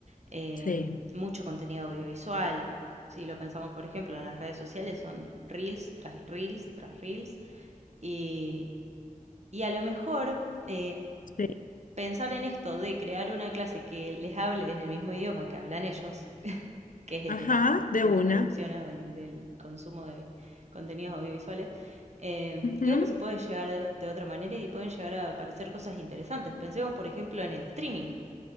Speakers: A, on the right; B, on the left.
A: eh,
B: sí,
A: mucho contenido audiovisual. Si lo pensamos, por ejemplo, en las redes sociales son reels tras reels tras reels y y a lo mejor eh,
B: sí.
A: pensar en esto de crear una clase que les hable en el mismo idioma que hablan ellos, que es el
B: Ajá,
A: de, la-
B: de
A: de
B: una.
A: las producciones o el del consumo de contenidos audiovisuales, eh,
B: Ujú.
A: creo que se puede llegar de, de otra manera y pueden llegar a aparecer cosas interesantes. Pensemos, por ejemplo, en el streaming